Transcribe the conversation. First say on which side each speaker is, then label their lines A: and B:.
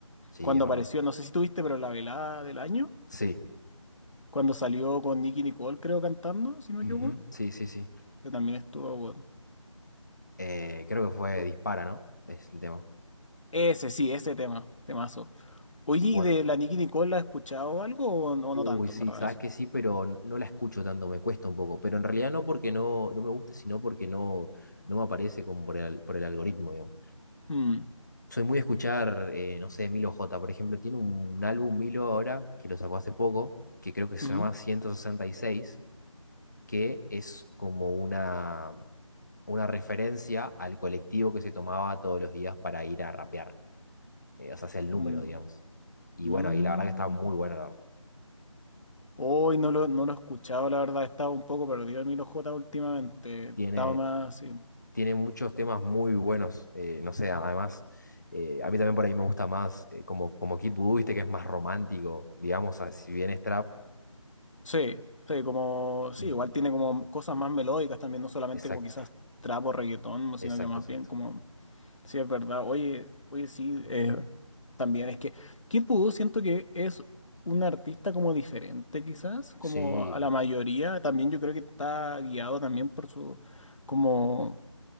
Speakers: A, on the left (about 35°); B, on the left (about 65°).
A: sí,
B: Cuando
A: es verdad.
B: apareció, no sé si tuviste, pero la velada del año,
A: Sí.
B: cuando salió con Nicki Nicole, creo, cantando, si no me
A: Ujú,
B: equivoco
A: Sí, sí, sí.
B: que también estuvo bueno.
A: Eh, creo que fue
B: O-
A: Dispara, ¿no? Es el tema.
B: Ese sí, ese tema, temazo. Oye,
A: Bueno,
B: ¿y de la Nicki Nicole has escuchado algo o no, no
A: Uy,
B: tanto,
A: sí,
B: en verdad,
A: sabes
B: eso?
A: que sí, pero n- no la escucho tanto, me cuesta un poco. Pero en realidad no porque no, no me guste, sino porque no, no me aparece como por el, por el algoritmo, digamos.
B: Mm,
A: Soy muy de escuchar, eh, no sé, Milo J, por ejemplo, tiene un álbum Milo ahora, que lo sacó hace poco, que creo que se
B: ujú,
A: llama 166, que es como una, una referencia al colectivo que se tomaba todos los días para ir a rapear. Eh, o sea, es el número,
B: mm,
A: digamos. Y
B: mm.
A: bueno, y la verdad que está muy bueno. la verdad.
B: Hoy no lo, no lo he escuchado, la verdad, estaba un poco perdido en Milo J últimamente.
A: Tiene,
B: Estaba más, sí.
A: tiene muchos temas muy buenos. eh, no sé, además, eh, a mí también por ahí me gusta más eh, como, como Kid Voodoo, viste, que es más romántico, digamos, a- si bien es trap.
B: Sí, sí, como, sí,
A: mm,
B: igual tiene como cosas más melódicas también, no solamente
A: Exacto,
B: como quizás trap o reggaetón,
A: exacto,
B: sino que más
A: exacto.
B: bien como Sí, es verdad. Oye, oye, sí, eh, también es que Kid Voodoo siento que es un artista como diferente quizás, como
A: Sí,
B: a la mayoría. También yo creo que está guiado también por su, como